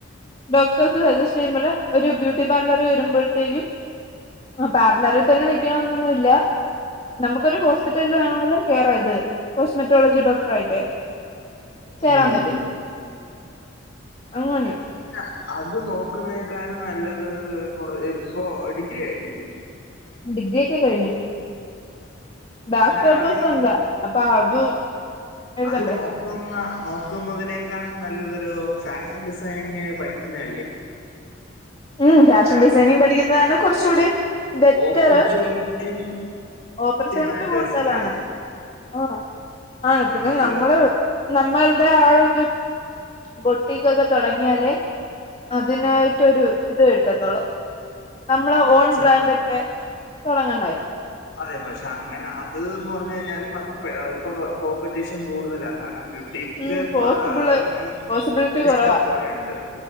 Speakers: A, on the left; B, on the left.
A: ഡോക്ടേഴ്സ് സജസ്റ്റ് ചെയ്യുമ്പോൾ ഒരു ബ്യൂട്ടി പാർലർ വരുമ്പോഴത്തേക്കും. ആ പാർലറിൽ തന്നെ നിൽക്കണന്നൊന്നുംല്ല നമുക്കൊരു ഹോസ്പിറ്റലിൽ വേണമെങ്കിലും. കേറാ ഇത് കേറാകോസ്മറ്റോളജി ഡോക്ടർ ആയിട്ട് കേയറാൻ
B: ഉം
A: പറ്റും. അങ്ങനെ.
B: അനെ അത് നോക്കുന്നേക്കാളും നല്ലത് കൊറ ഇപ്പൊ ഡിഗ്രി കഴിഞ്ഞില്ലേ?
A: ഡിഗ്രിയൊക്കെ കഴിഞ്ഞു ബാക്പേപ്പേഴ്സ്
B: അങ്ങനാണെങ്കിൽ
A: ഒണ്ട് അപ്പൊ അത് എഴുതണ്ടേ
B: അത് നോക്ക നോക്കുന്ന നോക്കുന്നതിനേക്കാൾ നല്ലതൊരു ഫാഷൻ ഡിസൈനിങ് പഠിക്കുന്നതല്ലേ?
A: ഉം ഫാഷൻ
B: കാരണം
A: ഡിസൈനിങ് പഠിക്കുന്നതാണ് കുറച്ചുകൂടി ബെറ്ററ്.
B: ഓപ്പർച്യൂണിറ്റി
A: ഓപ്പർച്യൂണിറ്റി
B: മാറ്റേഴ്സ്
A: കൂടുതലാണ്
B: അല്ലേ
A: ആ ആ പിന്നെ
B: നമുക്ക്
A: നമ്മള്. നമ്മളുടെ ആ ഒരു ബൊട്ടിക്കൊക്കെ തുടങ്ങിയാലേ? അതിനായിട്ടൊരു ഇത് കിട്ടത്തൊളു നമ്മളെ
B: ആഹ്
A: ഓൺ ബ്രാൻഡ ഒക്കെ തുടങ്ങണ്ടായി.
B: അതെ പക്ഷെ അങ്ങനെ അത്ന്ന് പറഞ്ഞു കഴിഞ്ഞാലും അത് ഇപ്പൊ കോമ്പറ്റീഷൻ കൂടുതലാ കാരണം. ഡിക്ക്
A: ഉം പോസിബിള്
B: പമ
A: പോസിബിലിറ്റി
B: ഇഷ്ടം
A: കൊറവാ
B: പോലെയുണ്ട്.